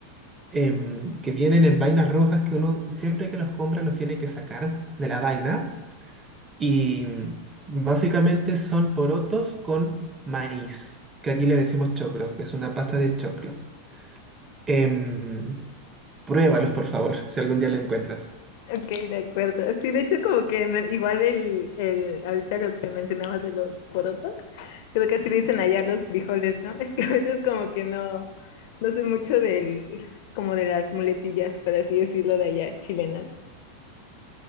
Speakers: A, on the right; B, on the left.
A: em, que vienen en vainas rojas que uno siempre que los compra los tiene que sacar de la vaina y mm, básicamente son porotos con maíz, que aquí le decimos choclo, que es una pasta de choclo. Em, pruébalos, por favor, si algún día lo encuentras.
B: Ok, de acuerdo. Sí, de hecho, como que me- igual el, el, ahorita lo que mencionabas de los porotos, creo que así le dicen allá los frijoles, ¿no? <laughs> Es que a veces como que no, no sé mucho del, como de las muletillas, por así decirlo, de allá, chilenas.